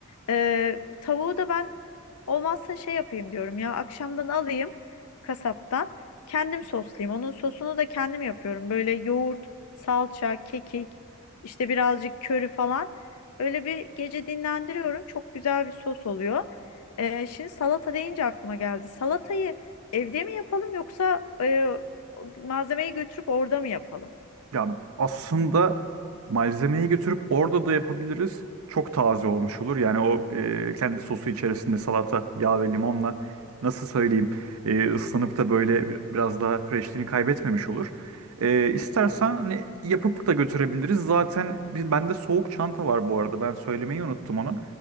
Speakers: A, on the left (about 80°); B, on the right (about 75°).
A: Ee, tavuğu da ben olmazsa şey yapayım diyorum ya akşamdan alayım kasaptan. Kendim soslayayım. Onun sosunu da kendim yapıyorum. Böyle yoğurt salça, kekik, işte birazcık köri falan. Öyle bir gece dinlendiriyorum. Çok güzel bir sos oluyor. Ee, şimdi salata deyince aklıma geldi. Salatayı evde mi yapalım yoksa e, malzemeyi götürüp orada mı yapalım?
B: Ya aslında malzemeyi götürüp orada da yapabiliriz. Çok taze olmuş olur. Yani o e, kendi sosu içerisinde salata, yağ ve limonla nasıl söyleyeyim e, ıslanıp da böyle bir- biraz daha freshliğini kaybetmemiş olur. E, istersen hani yapıp da götürebiliriz. Zaten biz, bende soğuk çanta var bu arada. Ben söylemeyi unuttum onu.